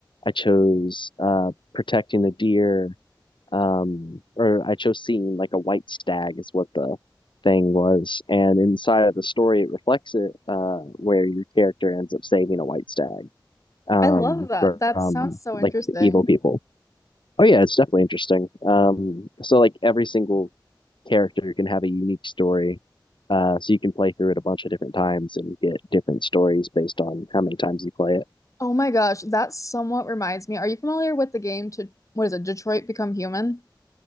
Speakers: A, on the left; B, on the left.
A: I chose uh, protecting a deer, um, or I chose seeing like a white stag is what the thing was. And inside of the story, it reflects it uh, where your character ends up saving a white stag um,
B: I love that.
A: from
B: That
A: um,
B: sounds so interesting.
A: like the evil people. Oh yeah, it's definitely interesting. Um, so like every single character can have a unique story. Uh, so you can play through it a bunch of different times and get different stories based on how many times you play it.
B: Oh my gosh, that somewhat reminds me. Are you familiar with the game to what is it, Detroit Become Human?